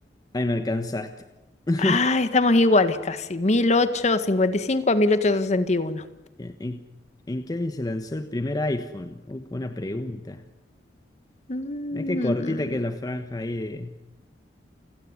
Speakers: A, on the left; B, on the left.
A: Ahí me alcanzaste. <laughs>
B: Ah, estamos iguales casi. mil ochocientos cincuenta y cinco a 1861.
A: Bien, ¿En, en qué año se lanzó el primer iPhone? Uy, qué buena pregunta.
B: Mm,
A: Mira qué cortita que es la franja ahí de-